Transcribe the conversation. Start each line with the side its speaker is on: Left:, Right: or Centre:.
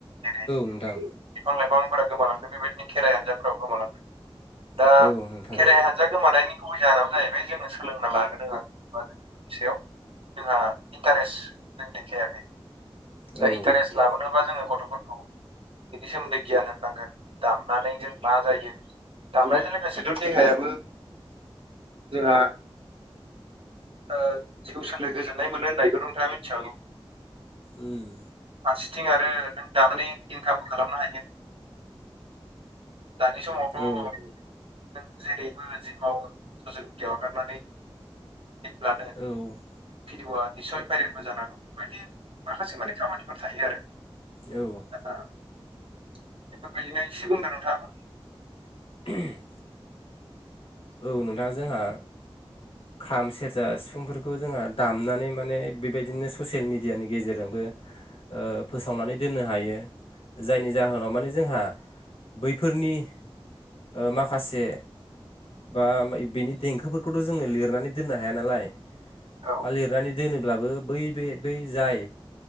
Right: जेरै
Left: नोंथां
Right: बिफां लाइफांफोरा गोमालांदों बेबायदिनो खेराइ हान्जाफोराव गोमालांदों दा
Left: औ नोंथां
Right: खेराइहान्जा दा गोमानायनि गुबै जाहोनानो जाहैबाय जोङो सोलोंना लानो रोङााखै बा जोंनि सायाव जोंहा इन्टारेस्ट जों देखायाखै
Left: औ
Right: दा
Left: उम
Right: इन्टारेस्ट लाबोनोबा जोङो गथ'फोरखौ बिनि सोमोन्दै गियान होननांगोन दामनानै जों मा जायो? दामनायजों लोगोसेथ' देहायाबो जोंहा, ओ जिउ सोलेर गोजोन्नाय मोनो होननायखौ नोंथाङा मिथिखागौ।
Left: ओम।
Right: फारसेथिं आरो नों दाबाने इनकामखौ खालामनो हायो। दानि समावथ' नों
Left: औ
Right: जेरैबो जिमावो ससियेल मिडियायाव हगारनानै जेब्लानो
Left: औ,।
Right: भिडिअ'आ निस्सय भाइरेलबो जानो हांगौ बेफोरबायदि माखासे माने खामानिफोर थायो आरो।
Left: औ।
Right: दा बेफोरबायदिनो एसे बुंदो नोंथांआबो।
Left: ग <inaudible> औ नोंथाङा जोंहा खाम सेरजा सिफुंफोरखौ जोंहा दामनानै माने बेबायदि बिदिनो ससियेल मिडियानि गेजेरजोंबो, ओ फोसावनानै दोननो हायो। जायनि जाहोनाव माने जोंहा, बैफोरनि ओ माखासे, बा बेनि देंखोफोरखौथ' जोङो लिरनानै दोननो हाया नालाय
Right: औ
Left: बा लिरनानै दोनोब्लाबो बै बे बै जाय,